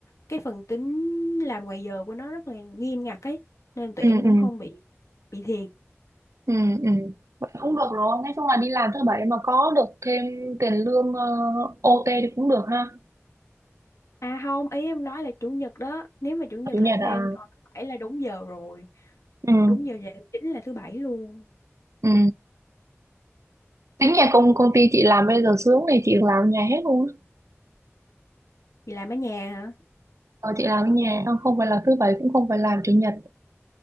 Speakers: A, on the left (about 80°); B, on the right (about 85°).
A: cái phần tính làm ngoài giờ của nó rất là nghiêm ngặt ấy nên tụi
B: Ừ
A: em cũng
B: ừ.
A: không bị bị thiệt
B: ừ ừ Vậy không được rồi nói chung là đi làm thứ bảy mà có được thêm tiền lương uh, OT thì cũng được ha
A: À không, ý em nói là chủ nhật đó, nếu mà chủ nhật
B: chủ nhật
A: làm thêm
B: à
A: còn thứ bảy là đúng giờ rồi,
B: ừ
A: đúng giờ về chính là thứ bảy luôn.
B: ừ tính nhà công công ty chị làm bây giờ sướng thì chị làm ở nhà hết luôn á.
A: Vì làm ở nhà hả?
B: ờ, chị làm ở nhà không không phải là thứ bảy cũng không phải làm chủ nhật